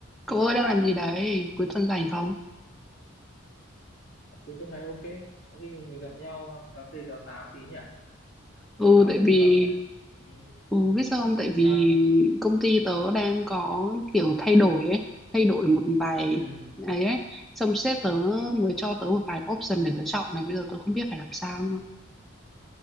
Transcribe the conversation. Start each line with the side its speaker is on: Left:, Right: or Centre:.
Centre: Cậu ơi đang làm gì đấy? Cuối tuần rảnh không?
Left: cuối tuần này ok có khi mình, mình gặp nhau ờ, cà phê cà pháo tí nhỉ
Centre: Ừ,
Left: lâu lắm
Centre: tại
Left: rồi không
Centre: vì...
Left: gặp đấy ừ.
Centre: Ừ, biết sao không? Tại
Left: sao
Centre: vì
Left: đấy
Centre: công ty tớ đang có kiểu thay đổi ấy. Thay đổi một vài...
Left: ừ.
Centre: ấy ấy. Xong sếp tớ mới cho tớ một vài option để tớ chọn này. Bây giờ tớ không biết phải làm sao nữa.